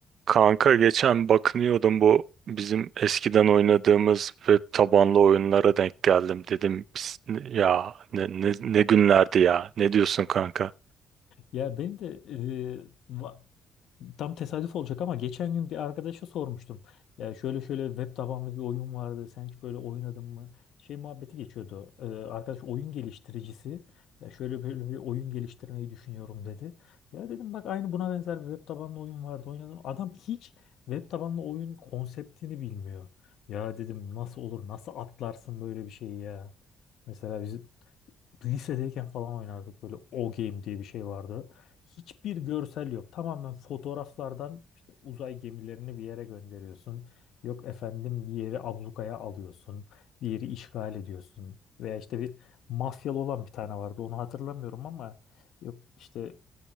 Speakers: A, on the right; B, on the left.
A: Kanka geçen bakınıyordum bu bizim eskiden oynadığımız web tabanlı oyunlara denk geldim dedim "Biz- ya ne, ne, ne günlerdi ya ne diyorsun kanka?
B: Ya benim de e, va- tam tesadüf olacak ama geçen gün bir arkadaşa sormuştum. Ya şöyle şöyle web tabanlı bir oyun vardı. Sen hiç böyle oynadın mı? Şey muhabbeti geçiyordu. E, arkadaş oyun geliştiricisi. Ya şöyle böyle bir oyun geliştirmeyi düşünüyorum dedi. Ya dedim bak aynı buna benzer bir web tabanlı oyun vardı oynadım. Adam hiç web tabanlı oyun konseptini bilmiyor. Ya dedim nasıl olur nasıl atlarsın böyle bir şeyi ya. Mesela biz lisedeyken falan oynardık böyle O Game diye bir şey vardı. Hiçbir görsel yok. Tamamen fotoğraflardan işte uzay gemilerini bir yere gönderiyorsun. Yok efendim bir yeri ablukaya alıyorsun. Bir yeri işgal ediyorsun. Veya işte bir mafyalı olan bir tane vardı. Onu hatırlamıyorum ama yok işte